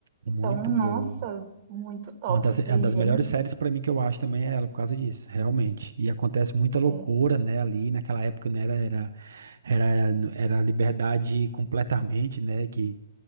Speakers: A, on the right; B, on the right.
A: Muito
B: Então, nossa,
A: boa.
B: muito top.
A: É Uma das,
B: Eu falei,
A: é uma das
B: gente,
A: melhores séries pra mim que eu acho também é ela, por causa disso, realmente. E acontece muita loucura,
B: é,
A: né, ali, naquela época, né, era, era, era, era liberdade completamente, né, que